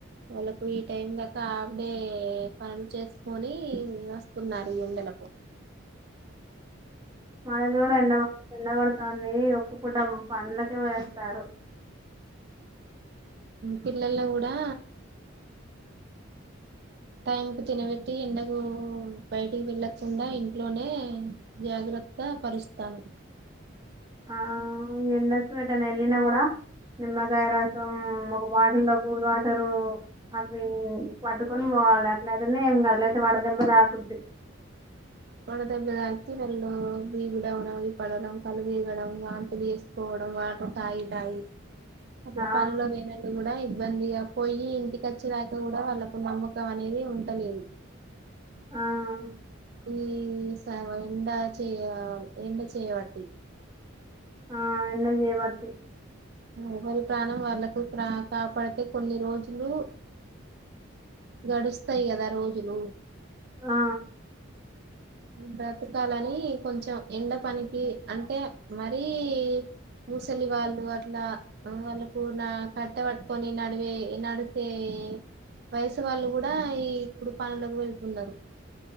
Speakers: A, on the right (about 50°); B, on the right (about 20°).
A: వాళ్ళకు ఈ టైం దాకా హాఫ్ డే పనులు చేసుకొని వస్తున్నారు ఈ ఎండలకు
B: మనది కూడా ఎండ ఎండబడుతాంది ఇప్పుడం పండక్కి పోయేస్తారు
A: పిల్లల్ని కూడా టైం కు తినబెట్టి, ఎండకు బయటికి వెళ్ళకుండా ఇంట్లోనే జాగ్ర త్త పరుస్తారు
B: ఆ ఎండకు ఎటన్న వెళ్ళిన కూడా నిమ్మకాయ రసం ఒక బాటిల్లో కూ <unintelligible> అవి పట్డుకొని పోవాలి అట్లయితేనే ఏం గాదు లేకపోతే వడదెబ్బ తాకుద్ది
A: వడదెబ్బ దాకితే వెళ్ళు బీ పి డౌనయి పడడం, కళ్ళు తిరగడం, వాంతలు చేసుకోవడం వాటర్ తాగి తాగి అట్లా
B: ఆ
A: పనిలో పోయినంక కూడా ఇబ్బందిగా పోయి ఇంటికొచ్చే దాక కూడా వాళ్ళలకు నమ్మకం అనేది ఉండలేదు
B: ఆ
A: ఈ <unintelligible> ఎండ చే ఎండ చేయబట్టి
B: ఆ ఎండ చేయబడతాయి
A: ఎవరి ప్రాణం వాళ్ళకు కాపాడితే కొన్ని రోజులు గడుస్తాయి కదా రోజులు
B: ఆ
A: బ్రతకాలని కొంచెం ఎండ పనికి అంటే మరిీ ముసలి వాళ్ళు అట్లా వాళ్ళకు కట్టె పట్టుకొని నడివే నడితేే వయసు వాళ్ళు కూడా ఈ ఇప్పుడు పనులోకి వెళ్తున్నారు